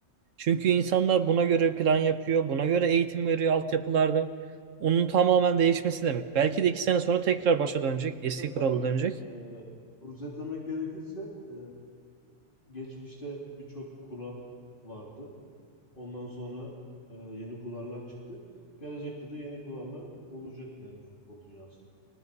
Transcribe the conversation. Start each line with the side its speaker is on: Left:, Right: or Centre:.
Right: Çünkü insanlar buna göre plan yapıyor, buna göre eğitim veriyor altyapılarda. Onun tamamen değişmesi demek. Belki de iki sene sonra tekrar başa dönecek, eski
Left: Ya tabii
Right: kurala dönecek.
Left: ki e, özetlemek gerekirse e, geçmişte birçok kural vardı. Ondan sonra e, yeni kurallar çıktı. Gelecekte de yeni kurallar olacak yani futbol dünyasında.